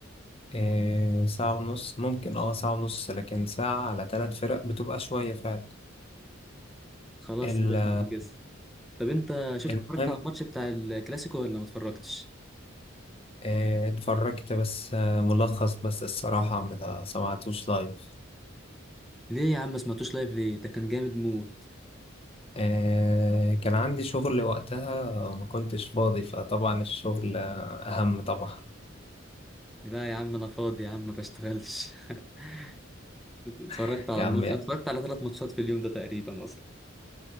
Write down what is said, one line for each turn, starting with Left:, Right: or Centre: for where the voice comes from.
Left: إيه ساعة ونص ممكن اه ساعة ونص لكن ساعة على ثلاث فرق بتبقى شوية فعلا
Centre: خلاص
Left: ال-
Centre: يا باشا نحجز طب انت شفت
Left: المهم
Centre: اتفرجت على الماتش بتاع الكلاسيكو ولا ما اتفرجتش
Left: إيه اتفرجت بس آه، ملخص بس الصراحة ما سمعتوش لايف
Centre: ليه يا عم ما سمعتوش لايف ليه ده كان جامد موت
Left: إيه كان عندي شغل وقتها وما كنتش فاضي فطبعا الشغل آه، أهم طبعا
Centre: لا يا عم انا فاضي يا عم ما بشتغلش <laughs> اتفرجت
Left: <laughs>
Centre: على
Left: يا
Centre: الماتش
Left: عم
Centre: اتفرجت على ثلاث ماتشات في اليوم ده تقريبا اصلا